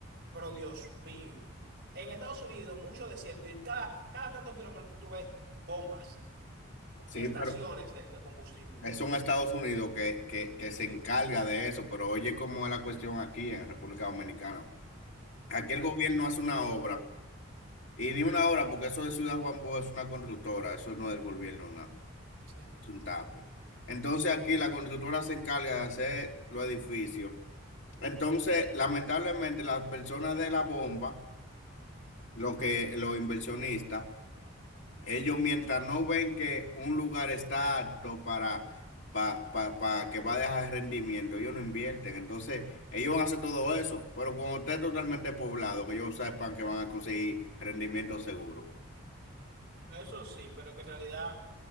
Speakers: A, on the right; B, on the left.
A: pero Dios mío. En Estados Unidos, mucho desierto y cada, cada tantos kilómetros tú ves bombas,
B: Sí,
A: estaciones
B: pero
A: de, de combustible.
B: Eso en Estados Unidos que, que, que se encarga de eso, pero oye cómo es la cuestión aquí en República Dominicana. Aquí
A: Bueno.
B: el gobierno hace una obra, y ni una obra, porque eso de Ciudad Juan Bosch es una constructora, eso no es del gobierno, nada,
A: Sí,
B: es un tape. Entonces aquí la constructora se encarga de hacer los edificios. Entonces, lamentablemente, las personas de la bomba, lo que, los inversionistas, Ellos mientras no ven que un lugar está apto para, pa, pa- pa que va a dejar rendimiento, ellos no invierten. Entonces, ellos van a hacer todo eso. Pero cuando esté totalmente poblado, que ellos sepan que van a conseguir rendimiento seguro.
A: eso sí, pero que en realidad,